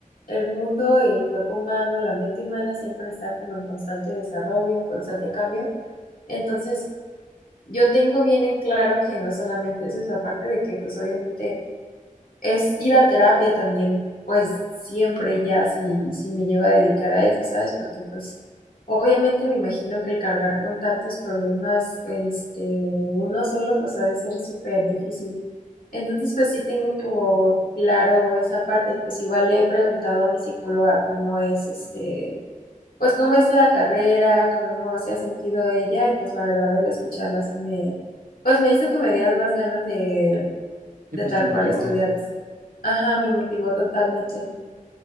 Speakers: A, on the left; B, on the right.
A: el mundo y el cuerpo humano, la mente humana siempre está como en constante desarrollo, en constante cambio. Entonces, yo tengo bien en claro que no solamente es eso, aparte de que pues obviamente es ir a terapia también, pues siempre ya si, si me llego a dedicar a eso, ¿sabes? Porque pues obviamente me imagino que el cargar con tantos problemas, este, uno solo pues ha de ser súper difícil. Entonces pues sí tengo como claro esa parte y pues igual le he preguntado a mi psicóloga cómo es este pues cómo es la carrera, cómo se ha sentido ella y pues la verdad el escucharla sí me, pues me hizo que me dieran más ganas de, de
B: Sí, pues
A: tal
B: te motivó.
A: cual estudiar eso. Ajá, me motivó totalmente.